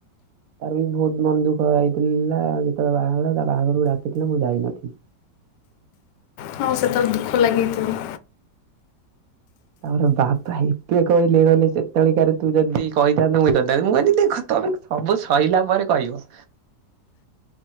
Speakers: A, on the right; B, on the left.
A: ତାର ବି ବହୁତ ମନ ଦୁଃଖ ହେଇଥିଲା। ଯେତେବେଳେ ବାହାହେଲା ତା ବାହାଘରକୁ ଡାକିଥିଲା। ମୁଁ ଯାଇନଥିଲ।
B: ହଁ, ସେତେବେଳେ ଦୁଃଖ ଲାଗିଥିବ।
A: ତାରେ ବାବା ଏତେ କହିଲେ, କହିଲେ ସେତେବେଳେ କାରେ ତୁ ଯଦି କହିଥାନ୍ତୁ, ମୁଁ ଇଏ କରିଥାନ୍ତି। ମୁଁ କହନି ଦେଖ ତମେ ସବୁ ସଇଲା ପରେ କହିବ।